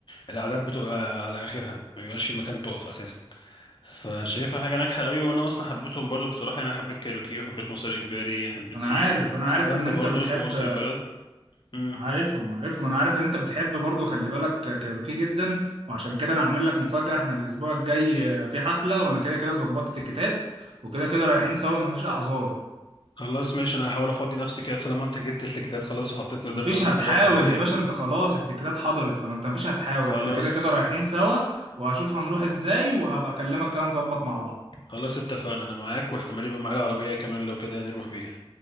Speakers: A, on the left; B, on the right.
A: الأعداد بتبقى على آخرها ما بيبقاش في مكان تقف أساسا فشايفها حاجة ناجحة قوي وأنا أصلا حبيتهم برضو بصراحة يعني أنا حبيت كايروكي وحبيت مسار إجباري حبيت
B: انا
A: في
B: عارف انا
A: في
B: عارف
A: بند
B: ان انت
A: برضو
B: بتحب
A: اسمه وسط البلد مم.
B: عارفهم عارفهم انا عارف ان انت بتحب برضو خلي بالك كايروكي جدا وعشان كده انا عامل لك مفاجاه احنا الاسبوع الجاي آه، في حفله وانا كده كده ظبطت التيكيتات وكده كده رايحين سوا مفيش اعذار
A: خلاص ماشي أنا هحاول أفضي نفسي كده طالما أنت جبت التيكيتات خلاص وحطيتني قدام
B: مفيش
A: الأمر
B: هتحاول
A: الواقع <laughs> يعني
B: يا باشا انت خلاص التيكيتات حضرت فما انت مفيش هتحاول
A: خلاص
B: احنا كده كده رايحين سوا وهشوف هنروح ازاي وهبقى اكلمك كده نظبط مع بعض
A: خلاص اتفقنا انا معاك واحتمال يبقى معايا العربية كمان لو كده يعني نروح بيها